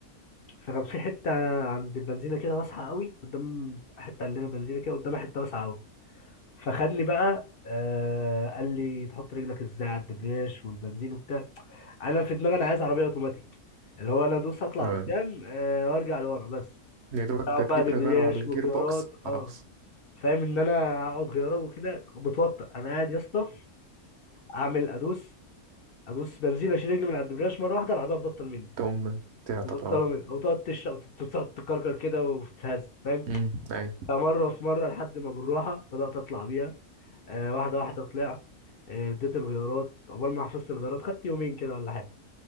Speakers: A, on the left; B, on the right.
A: فكان في حته عند البنزينه كده واسعه قوي قدام حته عندنا بنزينه كده قدامها حته واسعه قوي فخدني بقى آه قال لي تحط رجلك ازاي على الدبرياش والبنزين وبتاع انا في دماغي انا عايز عربيه اوتوماتيك اللي هو انا ادوس اطلع
B: اه
A: قدام آه وارجع لورا بس
B: يا دوبك
A: اقعد
B: ده تجيب
A: بقى دبرياش
B: لي غير على الجير
A: وغيارات
B: بوكس خلاص
A: اه فاهم ان انا اقعد غيارة وكده بتوتر انا قاعد يا اسطى اعمل ادوس ادوس بنزين اشيل رجلي من على الدبرياش مره واحده العربيه تبطل مني
B: تقوم تعطل
A: مبطله
B: اه
A: مني او تقعد تشرق وتقعد تكركر كده وتتهز فاهم
B: امم ايوه
A: فمره في مره لحد ما بالراحه بدات اطلع بيها آه واحدة واحدة طلعت آه، اديت الغيارات عقبال ما حفظت الغيارات خدت يومين كده ولا حاجة